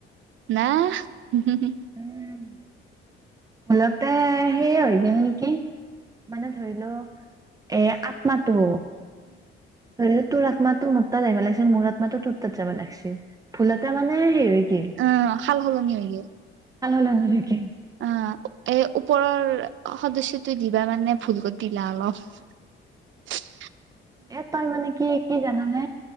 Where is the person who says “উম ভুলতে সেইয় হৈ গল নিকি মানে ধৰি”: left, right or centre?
Right